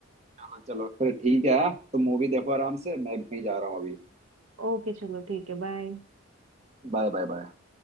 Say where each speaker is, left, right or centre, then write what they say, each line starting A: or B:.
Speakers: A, on the right; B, on the right.
A: चलो चलो फिर ठीक है हाँ? तुम मूवी देखो आराम से मैं भी कहीं जा रहा हूँ अभी
B: ओके चलो ठीक है बाय
A: Bye bye bye